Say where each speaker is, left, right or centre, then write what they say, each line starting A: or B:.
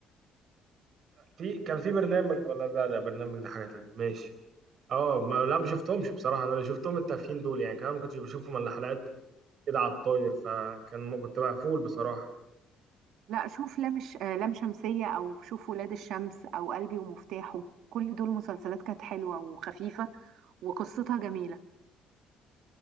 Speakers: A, on the right; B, on the right.
A: في كان في برنامج ولا لا ده برنامج ده حاجة تانية ماشي اه ما لا ما شفتهمش بصراحة انا اللي شفتهم التافهين دول يعني كمان ما كنتش بشوفهم الا حلقات كده على الطاير فكان كنت مقفول بصراحة
B: لا شوف لام الش- آه لام شمسية أو شوف ولاد الشمس أو قلبي ومفتاحه كل دول مسلسلات كانت حلوة وخفيفة وقصتها جميلة